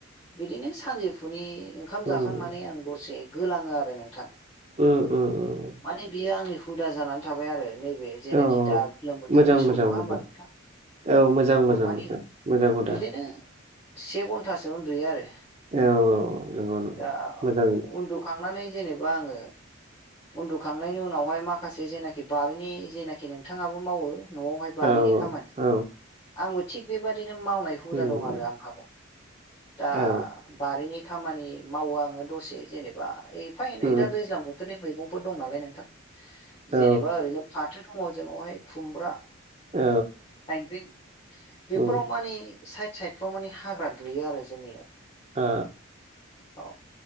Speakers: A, on the left; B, on the right.
A: बिदिनो सानजौफुनि ओंखाम
B: उम
A: जाखांनानै आं दसे गोलांओ आरो नोंथां
B: उम उम
A: माने बियो आंनि हुदा जानानै थाबाय आरो। नैबे जेनाखि
B: औ
A: दा गोलोम बोथोरनि
B: मोजां
A: सम
B: मोजां
A: नङा
B: मोजां
A: होमबा नोंथां।
B: औ मोजां
A: आं
B: मोजां
A: मानि
B: मोजां मोजां हुदा
A: बिदिनो से घन्टासो उन्दुयो आरो।
B: औ औ औ। नंगौ नंगौ
A: दा
B: मोजां
A: उन्दुखांनानै जेनेबा आङो। उन्दुखांनायनि उनावहाय माखासे जेनाखि बारिनि जेनाखि नोंथाङाबो मावो नआवहाय बारिनि
B: औ
A: खामानि
B: औ
A: आंबो थिग बेबादिनो नो मावनाय हुदा
B: उम
A: दं
B: उम
A: आरो आंहाबो दा
B: औ
A: बारिनि खामानि मावो आङो दसे जेनेबा एफा एनै
B: उम
A: दा दैज्लां बोथोरनि मैगंफोर दं नालाय नोंथां
B: औ
A: जेनेबा ओरैनो फाथो दङ जोंनावहाय खुमब्रा।
B: औ
A: थाइगें बेफोराव
B: उम
A: माने साइद साइद फाव माने हाग्रा दुयो आरो जोंनियाव
B: ओ
A: औ